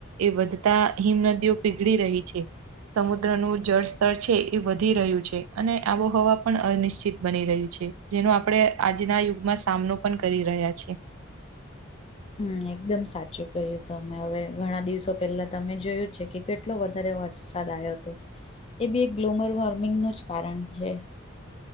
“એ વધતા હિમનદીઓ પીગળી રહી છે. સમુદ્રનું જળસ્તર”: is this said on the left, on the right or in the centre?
Right